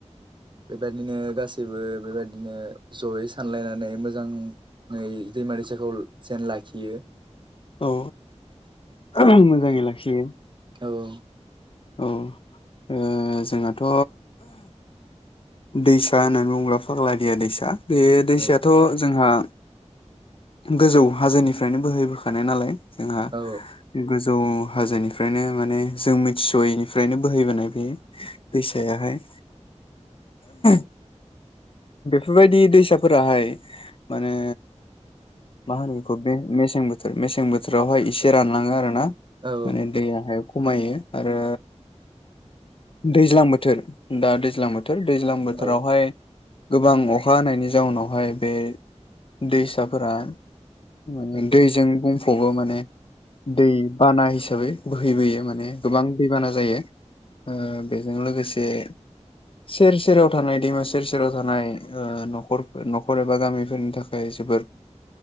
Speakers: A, on the right; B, on the left.
A: बेबायदिनो गासै। गासैबो बेबायदिनो जयै सानलायनानै मोजां नै दैमा दैसाखौ जेन लाखियो।
B: औ औ मोजाङै लाखिगोन।
A: औ औ
B: औ ओ जोंहाथ दैसा होननानै बुङोब्ला फाग्ला दिया दैसा बे दैसायाथ
A: औ
B: जोंहा गोजौ हाजोनिफ्रायनो बोहैबोखानाय नालाय जोंहा
A: औ
B: गोजौ जौ हाजोनिफ्रायनो माने जों मिन्थिसहैनिफ्रायनो बोहैबोनाय बेयो दैसायाहाय <unintelligible> बेफोरबायदि दैसाफोराहाय माने मा होनो बेखौ मेसें बोथोर मेसें बोथोरावहाय एसे रानलाङो आरोना।
A: औ
B: माने दैयाहाय खमायो आरो दैज्लां बोथोर दा दैज्लां बोथोर दैज्लां बोथोरावहाय
A: औ
B: गोबां अखा हानायनि जाउनावहाय बे दैसाफोरा माने दैजों बुंफबो माने दै बाना हिसाबै बोहैबोयो माने गोबां दैबाना जायो। ओ बेजों लोगोसे सेर सेराव थानाय दैमा सेर सेराव थानाय ओ न'खर न'खर एबा गामिफोरनि थाखाय जोबोद